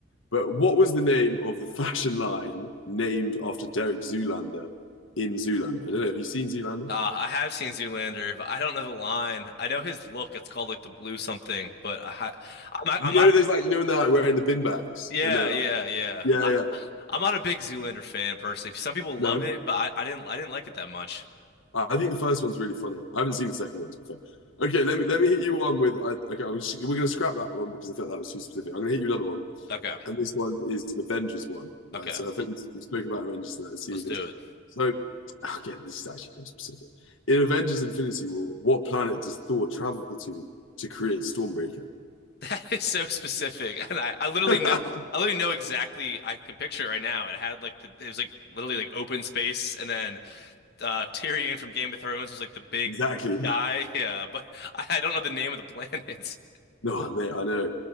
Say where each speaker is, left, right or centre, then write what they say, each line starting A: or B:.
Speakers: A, on the left; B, on the left.
A: But what was the name of the fashion line named after Derek Zoolander in Zoolander? I don't know. Have you seen Zoolander?
B: Uh, I have seen Zoolander, but I don't know the line. I know his look. It's called like the blue something, but I, ha- I'm not,
A: You
B: I'm
A: know,
B: not a,
A: there's like, you know, when they're like wearing the bin bags
B: yeah,
A: and they're like,
B: yeah, yeah.
A: yeah,
B: I,
A: yeah,
B: I'm not a big Zoolander fan personally. Some people
A: no.
B: love it, but I, I didn't, I didn't like it that much.
A: I think the first one's really funny. I haven't seen the second one, to be fair. Okay, let me let me hit you one with I, okay. I'm just, we're gonna scrap that one because I felt that was too specific. I'm gonna hit you another one,
B: Okay,
A: and this one is an Avengers one, right?
B: okay,
A: So I think
B: well,
A: we spoke about Avengers, so let's see
B: let's
A: this.
B: do it. <laughs>
A: So again, this is actually very specific. In Avengers: Infinity War, what planet does Thor travel to to create Stormbreaker?
B: That is so specific, and I, I literally
A: <laughs>
B: know, I literally know exactly. I can picture it right now. It had like the, it was like literally like open space, and then uh, Tyrion from Game of Thrones was like the big
A: Exactly. Yeah.
B: guy. <laughs> Yeah, but I, I don't know the name of the <laughs> planet.
A: No, mate, I know.